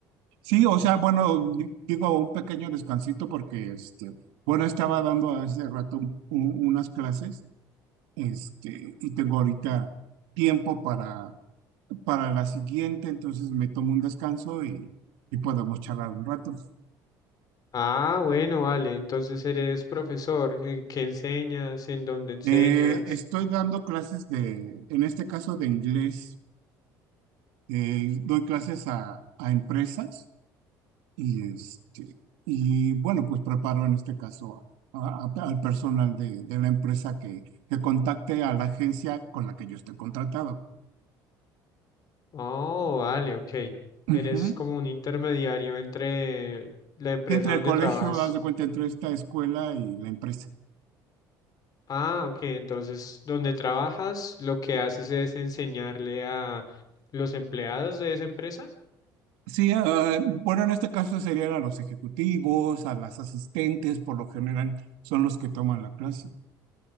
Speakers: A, on the right; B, on the left.
A: Sí, o sea, bueno, di- digo un pequeño descansito porque, este, bueno, estaba dando hace rato un- un- unas clases, este, y tengo ahorita tiempo para, para la siguiente, entonces me tomo un descanso y, y podemos charlar un rato.
B: Ah, bueno, vale, entonces eres profesor. ¿En ¿Qué enseñas? ¿En dónde enseñas?
A: Eh, estoy dando clases de, en este caso de inglés, eh, doy clases a a empresas Y, este, y bueno, pues preparo en este caso a- a- al personal de, de la empresa que, que contacte a la agencia con la que yo estoy contratado.
B: Oh, vale, ok.
A: Ujú.
B: Eres como un intermediario entre la empresa
A: Entre
B: donde
A: el colegio,
B: trabajas.
A: haz de cuenta, entre esta escuela y la empresa.
B: Ah, ok, entonces donde trabajas, lo que haces es enseñarle a los empleados de esa empresa.
A: Sí, ah, bueno, en este caso serían a los ejecutivos, a las asistentes, por lo general son los que toman la clase.